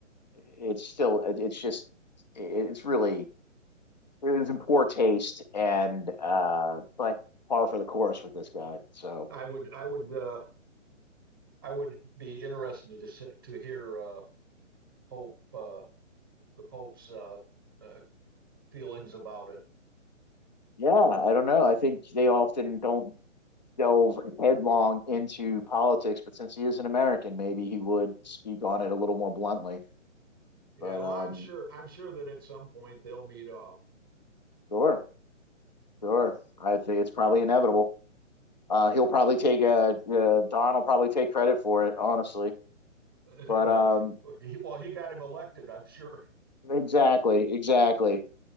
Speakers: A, on the left; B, on the right.
A: it's still, it's just, it's really, it was in poor taste and, uh, but par for the course with this guy. So,
B: I would I would uh, I would be interested to to hear uh, Pope uh, the Pope's uh, uh, feelings about it.
A: yeah, I don't know. I think they often don't delve headlong into politics, but since he is an American, maybe he would speak on it a little more bluntly.
B: Yeah,
A: But
B: well,
A: um,
B: I'm sure I'm sure that at some point they'll meet up
A: sure, sure, I think it's probably inevitable. Uh, he'll probably take uh, uh, Don will probably take credit for it, honestly.
B: <laughs> Uh,
A: But
B: no,
A: um,
B: he, well, he got him elected, I'm sure. <laughs>
A: exactly, exactly.